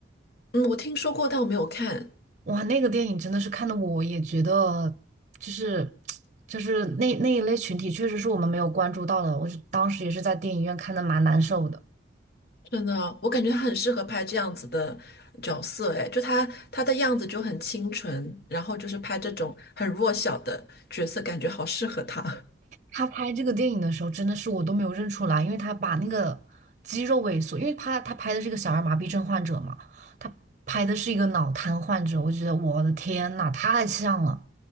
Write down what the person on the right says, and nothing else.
哇，那个电影真的是看的，我也觉得就是就是那那一类群体，确实是我们没有关注到的。我是当时也是在电影院看的，蛮难受的。
他拍这个电影的时候，真的是我都没有认出来，因为他把那个肌肉萎缩，因为他他拍的是一个小儿麻痹症患者嘛，他拍的是一个脑瘫患者，我觉得我的天呐，太像了。